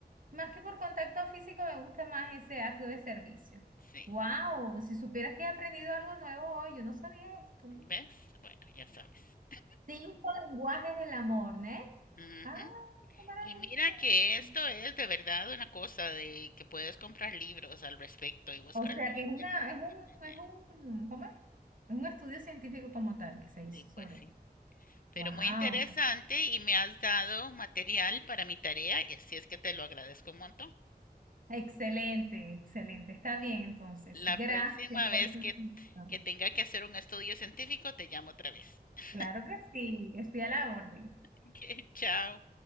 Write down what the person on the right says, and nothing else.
más que por contacto físico me gusta más ese acto de servicio.
Wow, si supieras que he aprendido algo nuevo hoy, yo no sabía esto.
Cinco lenguajes del amor, ¿no?
Ah, qué maravilla.
O sea que
es una, es un,
es un, ¿cómo es? Es un estudio científico como tal que se hizo
sobre.
Wow,
excelente, excelente. Está bien, entonces.
Gracias
por esta.
explicación.
Claro que sí, estoy a la orden.